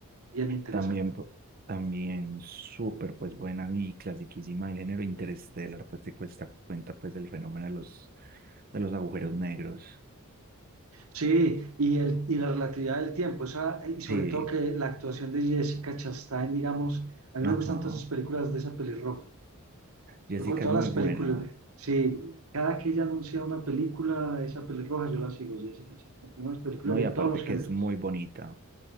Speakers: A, on the right; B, on the right.
A: Bien interesante.
B: También, pu- también súper pues buena y clasiquísima el género interestelar, pues te cuesta, cuenta pues del fenómeno de los, de los agujeros negros.
A: Sí, y, el, y la relatividad del tiempo, esa, y sobre
B: Sí,
A: todo que la actuación de Jessica Chastain, digamos, a mí
B: ajá.
A: me gustan todas esas películas de esa pelirroja.
B: Jessica
A: Yo con todas
B: es muy
A: las
B: buena,
A: películas, sí, cada que ella anuncia una película, esa pelirroja, yo la sigo, Jessica Chastain. Tiene unas películas
B: ¿no?
A: de
B: Y aparte
A: todos los
B: que
A: géneros.
B: es muy bonita.